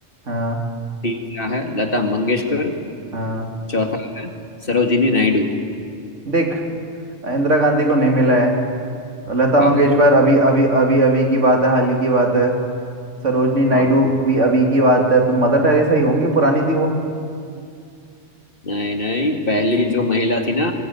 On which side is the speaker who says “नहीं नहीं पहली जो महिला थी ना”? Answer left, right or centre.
Left